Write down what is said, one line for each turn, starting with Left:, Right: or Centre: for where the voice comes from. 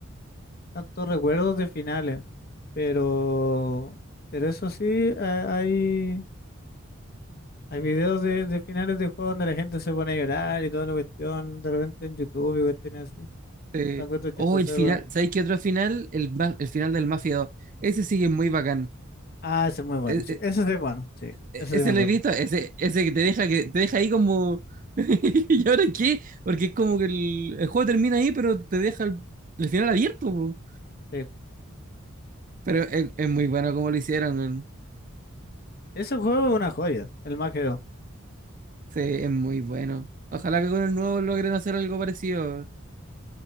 Left: tantos recuerdos de finales. Pero, pero eso sí, ha- hay, hay videos de, de finales de juegos donde la gente se pone a llorar y toda la cuestión, de repente en YouTube y cuestiones así.
Right: Eh,
Left: Lo encuentro chistoso
Right: oh, el final,
Left: de repente.
Right: ¿sabéis qué otro final? El, ma- el final del Mafia 2. Ese sí que es muy bacán.
Left: Ah, ese es muy bueno,
Right: E-
Left: sí. Ese sí es bueno, sí.
Right: e-,
Left: Ese
Right: Ese
Left: sí me acuerdo.
Right: lo he visto, ese, ese que te deja que te deja ahí como. <laughs> ¿Y ahora qué? Porque es como que el, el juego termina ahí, pero te deja el, el final abierto, po.
Left: Sí.
Right: Pero es, es muy bueno como lo hicieron, man.
Left: Ese juego es una joya, el Mafia 2.
Right: Sí, es muy bueno. Ojalá que con el nuevo logren hacer algo parecido.